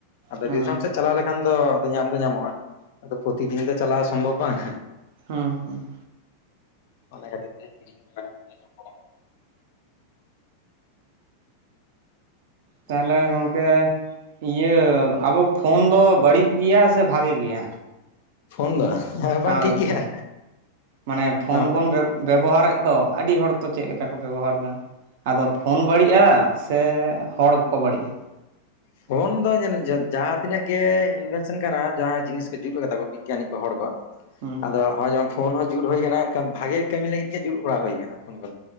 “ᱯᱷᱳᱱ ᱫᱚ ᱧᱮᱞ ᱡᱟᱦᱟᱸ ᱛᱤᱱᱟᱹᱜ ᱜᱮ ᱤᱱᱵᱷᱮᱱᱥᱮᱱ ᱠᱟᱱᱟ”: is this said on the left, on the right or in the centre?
Left